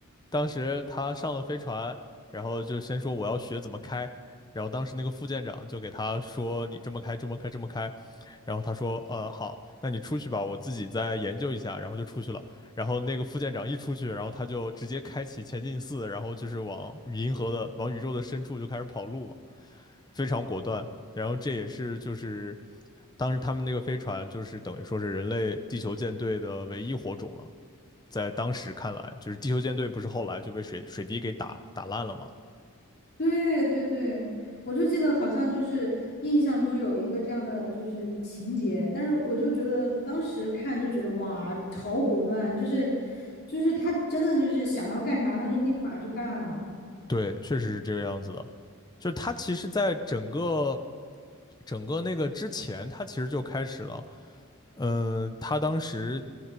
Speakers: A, on the left; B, on the left.
A: 当时他上了飞船，然后就先说我要学怎么开，然后当时那个副舰长就给他说你这么开，这么开，这么开，然后他说呃好，那你出去吧，我自己再研究一下，然后就出去了。然后那个副舰长一出去，然后他就直接开启前进四，然后就是往与银河的往宇宙的深处就开始跑路嘛，非常果断。然后这也是就是当时他们那个飞船就是等于说是人类地球舰队的唯一火种了。在当时看来，就是地球舰队不是后来就被水水滴给打打烂了吗？
B: 对对对，我就记得好像就是印象中有一个这样的就是情节，但是我就觉得当时看就觉得哇，好果断，就是就是他真的就是想要干啥他就立马去干了，
A: 对，确实是这个样子的。就是它其实，在整个整个那个之前，他其实就开始了。嗯、呃他当时